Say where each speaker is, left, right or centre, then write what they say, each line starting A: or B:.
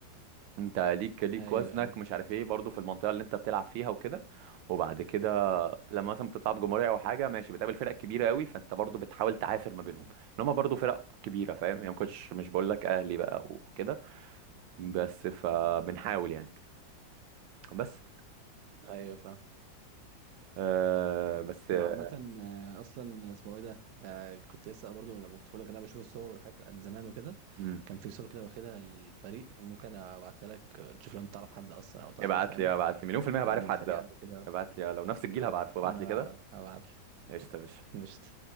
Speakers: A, on the right; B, on the right.
A: انت ليك ليك
B: ايوه
A: وزنك
B: ايوه
A: مش عارف ايه برضو في المنطقه اللي انت بتلعب فيها وكده وبعد كده لما مثلا بتصعد جمهوريه او حاجه ماشي بتقابل فرق كبيره قوي فانت برضو بتحاول تعافر ما بينهم ان هم برضو فرق كبيره فاهم يعني ما كنتش مش بقول لك اهلي بقى وكده بس فبنحاول يعني بس
B: ايوه فاهم
A: آه بس
B: طب
A: آه،
B: عامة آه، أصلا اسمه إيه ده؟ آه كنت لسه برضو لما كنت بقول لك إن أنا بشوف الصور والحاجات قد زمان وكده
A: امم
B: كان في صور كده واخدها للفريق ممكن أبعتها لك آه، تشوف لو أنت تعرف حد أصلا أو تعرف
A: ابعت
B: فاهم
A: لي ابعت لي مليون في الميه
B: حد
A: بعرف
B: من
A: حد
B: الفريق عنده كده
A: ابعت لي لو نفس الجيل هبعرفه ابعت
B: أنا
A: لي كده
B: هبعت لك.
A: قشطه يا باشا
B: قشطة